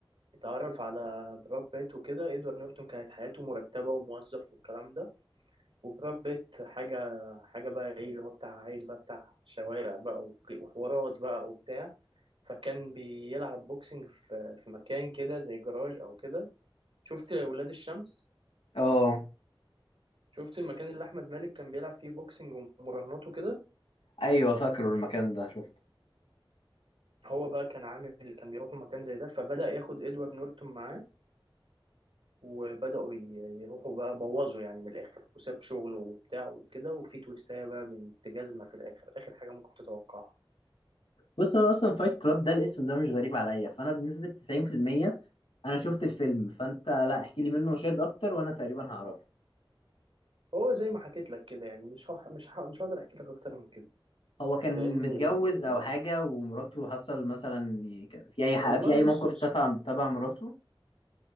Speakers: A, on the right; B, on the left.
A: اتعرف على براد بيت وكده إدوارد نورتون كانت حياته مرتبة وموظف والكلام ده وبراد بيت حاجة حاجة بقى إيه اللي هو بتاع عيل بقى بتاع شوارع بقى وك- وحوارات بقى وبتاع فكان بيلعب بوكسنج في في مكان كده زي جراج أو كده شفت ولاد الشمس
B: اه
A: شفت المكان اللي احمد مالك كان بيلعب فيه بوكسنج ومراهنات وكده
B: ايوه فاكره المكان ده شفته
A: هو بقى كان عامل كان بيروحوا مكان زي ده فبدأ ياخد ادوارد نورتون معاه وبدأوا ي- يروحوا بقى بوظوا يعني من الاخر وساب شغله وبتاع وكده وفي تويستايه بقى بنت جزمه في الاخر اخر حاجه ممكن تتوقعها
B: بص انا اصلا فايت كلاب ده الاسم ده مش غريب عليا فانا بنسبة 90% انا شفت الفيلم فانت لا احكي لي منه مشاهد اكتر وانا تقريبا هعرفه
A: هو زي ما حكيت لك كده يعني مش هح... مش ه... مش هقدر احكي لك اكتر من كده
B: هو كان
A: لان
B: متجوز
A: ال... ال...
B: او حاجه ومراته حصل مثلا كان في اي حق
A: والله
B: في اي
A: بص
B: موقف
A: مش
B: تبع تبع مراته